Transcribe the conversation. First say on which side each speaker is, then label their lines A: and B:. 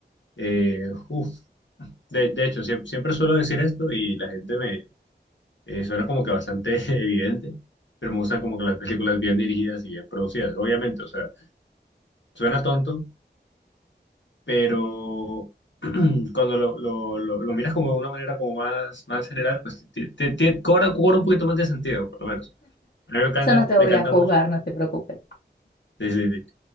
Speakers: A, on the left (about 85°); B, on the left (about 60°).
A: eh, uf, de, de hecho, sie- siempre suelo decir esto y la gente eh, suena como que bastante <laughs> evidente, pero me gustan como que las películas bien dirigidas y bien producidas. Obviamente, o sea, suena tonto, pero <clears throat> cuando lo, lo, lo, lo miras como de una manera como más, más general, pues te te ti- cobra, cobra un poquito más de sentido, por lo menos. A mí me encantan,
B: Yo no te
A: me
B: voy
A: encantan
B: a juzgar,
A: mucho.
B: no te preocupes.
A: sí, sí, sí.